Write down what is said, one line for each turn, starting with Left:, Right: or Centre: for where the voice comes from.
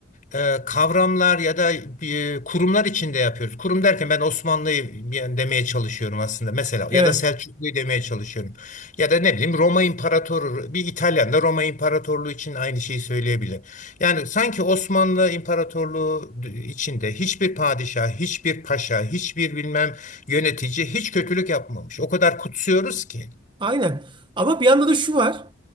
Left: e, kavramlar ya da e, kurumlar içinde yapıyoruz. Kurum derken ben Osmanlı'yı yani demeye çalışıyorum aslında mesela
Right: evet
Left: ya da Selçuklu'yu demeye çalışıyorum. Ya da ne bileyim Roma İmparatoru bir İtalyan da Roma İmparatorluğu için aynı şeyi söyleyebilir. Yani sanki Osmanlı İmparatorluğu içinde hiçbir padişah, hiçbir paşa, hiçbir bilmem yönetici hiç kötülük yapmamış. O kadar kutsuyoruz ki.
Right: aynen. Ama bir yanda da şu var.